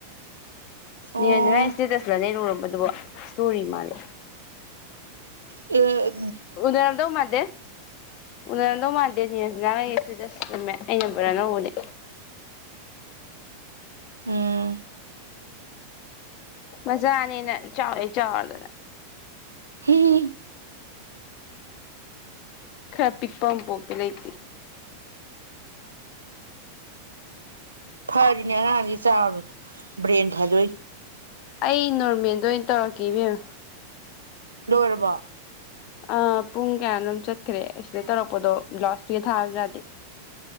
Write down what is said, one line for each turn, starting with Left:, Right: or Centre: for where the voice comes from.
Right: ꯑꯣ
Left: ꯖꯅ ꯏꯁꯇꯦꯇꯁ ꯂꯅꯦꯔꯝꯕ ꯁꯇꯣꯔꯤ ꯃꯥꯦ
Right: ꯑ
Left: ꯎꯅꯔꯝꯗꯣꯧ ꯃꯥꯗꯦ ꯎꯅꯔꯝꯗꯣ ꯃꯥꯗꯦ ꯑꯗꯨꯅꯦ ꯂꯒꯦꯁꯤ ꯆꯃꯦ ꯑꯩꯅ ꯕꯣꯔꯥ ꯅꯧꯕꯅꯦ
Right: ꯑ
Left: ꯃꯖꯥ ꯑꯅꯤꯅ ꯆ ꯆꯥꯗꯅ
Right: ꯍꯝ
Left: ꯈꯔ ꯄꯤꯛ ꯄꯝꯄꯣꯛꯀ ꯂꯩꯇ
Right: ꯐꯔꯤꯅꯦꯉ ꯆꯥ ꯕ꯭ꯔꯦꯟ ꯐꯗꯏ
Left: ꯑꯩ ꯅꯣꯔꯃꯦꯜꯗ ꯑꯣꯏꯅ ꯇꯧꯔꯛꯀꯦꯕꯦꯝ
Right: ꯂꯣꯏꯔꯕꯣ
Left: ꯑ ꯄꯨꯡ ꯀꯌꯥꯅꯣꯝ ꯆꯠꯈ꯭ꯔꯦ ꯑꯁꯤꯗ ꯇꯧꯔꯛꯄꯗꯣ ꯒ꯭ꯂꯣꯁ ꯄꯤꯒ ꯊꯥꯕꯖꯥꯗꯦ